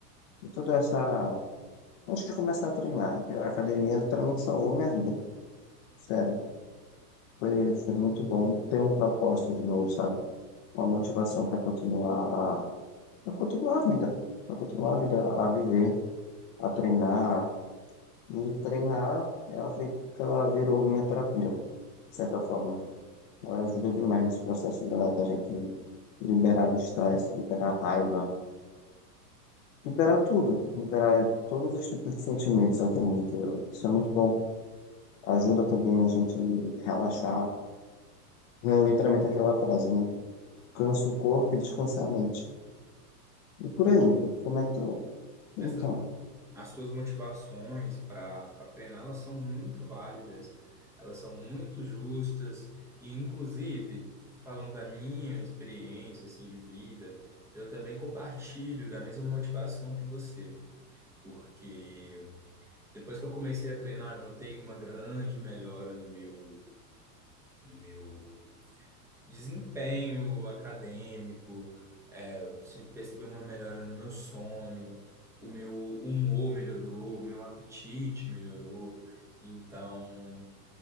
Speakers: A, on the left; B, in the centre.
A: De toda essa. Antes de começar a treinar. A academia literalmente salvou minha vida. Sério. Foi, foi muito bom ter um propósito de novo, sabe? Uma motivação para continuar. Para continuar a vida. Para continuar a vida, a viver, a treinar E treinar, ela, foi- que ela virou minha terapia, de certa forma. Ela ajuda demais nesse processo da, da gente liberar o estresse, liberar a raiva, liberar tudo, liberar todos os tipos de sentimentos, eu acredito. eu. Isso é muito bom. Ajuda também a gente relaxar. É literalmente aquela frase, né? Cansa o corpo e descansa a mente. E por aí, como é que tu...
B: essas
A: Então,
B: as suas motivações para para treinar, elas são muito válidas, elas são muito justas e inclusive falando da minha experiência assim de vida, eu também compartilho da mesma motivação que você, porque depois que eu comecei a treinar, eu notei uma grande melhora no meu no meu desempenho acadêmico, é, se percebi uma melhora no meu sono, o meu humor melhorou, o meu apetite melhorou. Então,